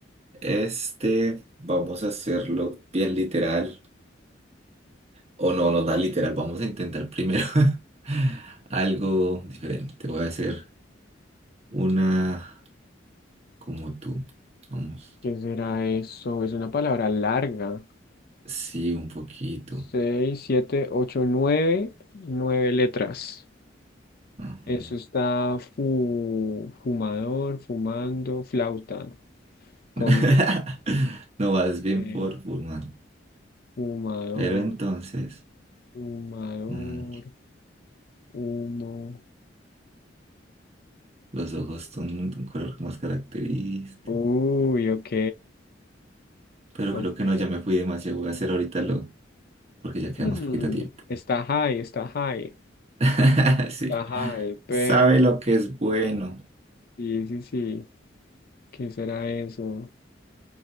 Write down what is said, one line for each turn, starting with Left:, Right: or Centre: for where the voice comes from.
Right: este vamos a hacerlo bien literal. O no, no da literal. Vamos a intentar primero <laughs> algo diferente. Voy a hacer una como tú. Vamos.
Left: ¿Qué será eso? Es una palabra larga.
Right: Sí, un poquito.
Left: seis siete ocho nueve nueve letras.
Right: Ajá.
Left: Eso está fu- fumador, fumando, flauta, comiendo,
Right: <laughs> No vas bien
Left: eh,
Right: por Pullman.
Left: fumador,
Right: Pero entonces,
Left: fumador,
Right: mm,
Left: humo.
Right: los ojos son un, un color más característico.
Left: Uy, ok,
Right: Pero
Left: ok.
Right: creo que no, ya me fui demasiado. Voy a hacer ahorita lo, porque ya queda
Left: Hmm,
Right: más poquito tiempo.
Left: está high, está high,
Right: <laughs> Sí.
Left: está high, pero
Right: Sabe lo que es bueno.
Left: sí, sí, sí. ¿Qué será eso?